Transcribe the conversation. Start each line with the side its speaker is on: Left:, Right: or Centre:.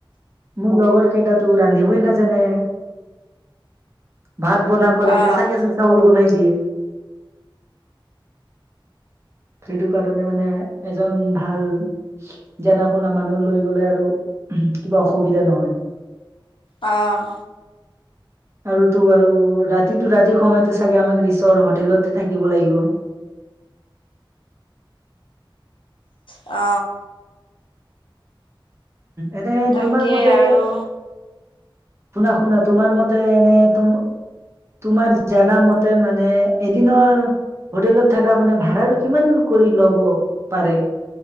Right: মোৰ লগৰ কেইটাতো ৰান্ধিবই নাজানে। ভাত বনা ক'লে
Left: অ',
Right: কেঁচা কেঁচা চাউল বনাই দিয়ে সেইটো কাৰণে মানে এজন ভাল জানা শুনা মানুহ লৈ গলে আৰু কিবা অসুবিধা নহয়।
Left: অঁ
Right: আৰু তো আৰু ৰাতিটো ৰাতিৰ সময়তো চাগে আমাক ৰিচৰ হয় হোটেলতে থাকিব লাগিব।
Left: অ
Right: এটা এ
Left: তাকেই
Right: তোমাৰ মতে
Left: আৰু
Right: শুনা শুনা তোমাৰ মতে এনে তুম তোমাৰ জানা মতে মানে, এদিনৰ হোটেলত থকা মানে, ভাড়াটো কিমান কৰি ল'ব পাৰে?